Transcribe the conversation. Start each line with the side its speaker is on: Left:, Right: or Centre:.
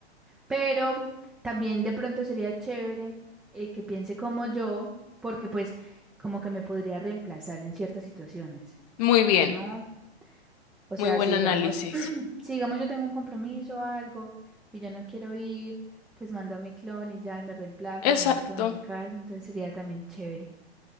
Centre: Pero también de pronto sería chévere eh, que piense como yo, porque pues como que me podría reemplazar en ciertas situaciones,
Left: Muy bien.
Centre: ¿no? O
Left: Muy
Centre: sea,
Left: buen
Centre: si
Left: análisis.
Centre: digamos, <clears throat> si digamos yo tengo un compromiso o algo y yo no quiero ir, pues mando a mi clon y ya y me reemplaza
Left: Exacto.
Centre: y yo me quedo en la casa, entonces sería también chévere.